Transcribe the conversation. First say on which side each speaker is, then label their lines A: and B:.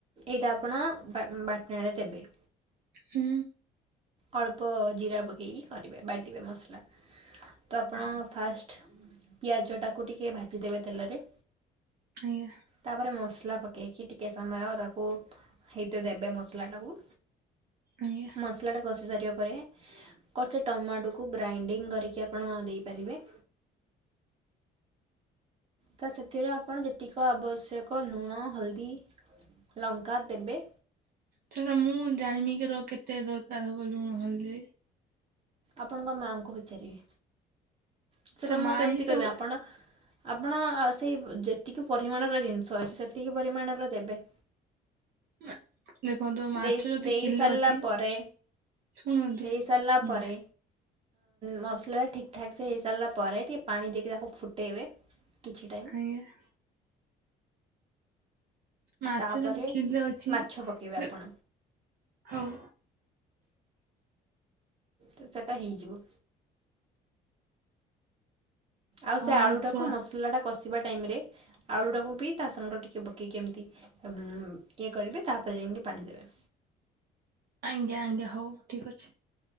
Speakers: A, on the right; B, on the right.
A: ଏଇଟା ଆପଣ ବାଟଣରେ ଦେବେ।
B: ହୁଁ।
A: ଅଳ୍ପ ଜିରା ପକେଇକି କରିବେ ବାଟିବେ ମସଲା। ତ ଆପଣ ଫାଷ୍ଟ ପିଆଜଟାକୁ ଟିକେ ଭାଜିଦେବେ ତେଲରେ
B: ଆଜ୍ଞା।
A: ତାପରେ ମସଲା ପକେଇକି ଟିକେ ସମୟ ତାକୁ ହେଇତେ ଦଡବେ ମସଲା ଟାକୁ।
B: ଆଜ୍ଞା।
A: ମସଲାଟା କଷି ସାରିବା ପରେ କଟା ଟମାଟୋକୁ ଗ୍ରାଇଣ୍ଡିଙ୍ଗ କରିକି ଆପଣ ଦେଇପାରିବେ। ତା ସେଥିରେ ଆପଣ ଯେତିକି ଆବଶ୍ୟକ ଲୁଣ ହଳଦୀ ଲଙ୍କା ଦେବେ।
B: ସେଟା ମୁଁ ଜାଣିବି କିିର କେତେ ଦରକାର ହବ ଲୁହଦି।
A: ଆପଣଙ୍କ ମାଆଙ୍କୁ ପଚାରିବେ। ସେଇଟା
B: ତ
A: ମୁଁ
B: ମା
A: କେମିତି
B: ହିଁ
A: କହିବି
B: ସବୁ
A: ଆପଣ ଆପଣ ସେଇ ଯେତିକି ପରିମାଣର ଜିନିଷ ଅ ସେତିକି ପରିମାଣର ଦେବେ।
B: ମା- ଦେଖନ୍ତୁ ମାଛ
A: ଦେଇ
B: ଯଦି କିଲୋ
A: ସାରିଲା
B: ଅଛି
A: ପରେ
B: ଶୁଣନ୍ତୁ
A: ଦେଇସାରଲା
B: ମା
A: ପରେ ମସଲାଟା ଠିକ୍ ଠାକ୍ ସେ ହେଇସାରିଲା ପରେ ଟିକେ ପାଣି ଦେଇକି ତାକୁ ଫୁଟାଇବେ କିଛି ଟାଇମ୍
B: <unintelligible> ମାଛ
A: ତାପରେ
B: ଯଦି କିଲେ ଅଛି
A: ମାଛ ପକେଇବେ
B: <unintelligible>
A: ଆପଣ
B: ହଉ
A: ତ ଚାଟା ହେଇଯିବ। ଆଉ ସେ
B: ହଉ
A: ଆଳୁ ଟାକୁ
B: ତ
A: ମସଲା ଟା କଷିବା ଟାଇମ୍ ରେ,, ଆଳୁ ଟାକୁ ବି ତା ସାଙ୍ଗରେ ଟିକ୍- କେ ପକେଇକି କେମିତି ଉଁ ଇଏ କରିବେ ତାପରେ ଯାଇଁକି ପାଣି ଦେବେ।
B: ଆଂଜ୍ଞା ଆଂଜ୍ଞା ହଉ ଠିକ ଅଛି।